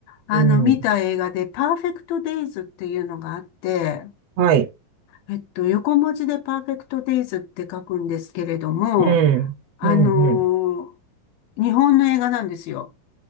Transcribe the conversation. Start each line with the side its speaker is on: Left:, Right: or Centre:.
Left: あの、
Right: うん。
Left: 見た映画で、パーフェクトデイズっていうのがあって、
Right: はい。
Left: えっと、横文字でパーフェクトデイズって書くんですけれども、
Right: うん。
Left: あのー
Right: うん。うん。
Left: 日本の映画なんですよ。